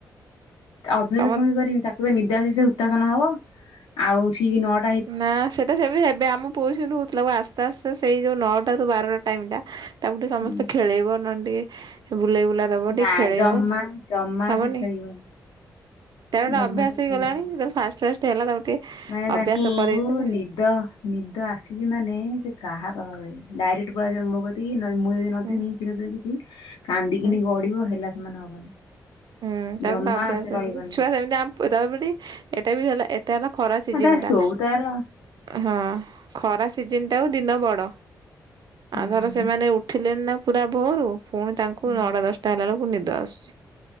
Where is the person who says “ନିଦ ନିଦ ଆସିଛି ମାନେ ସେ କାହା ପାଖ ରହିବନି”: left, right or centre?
Left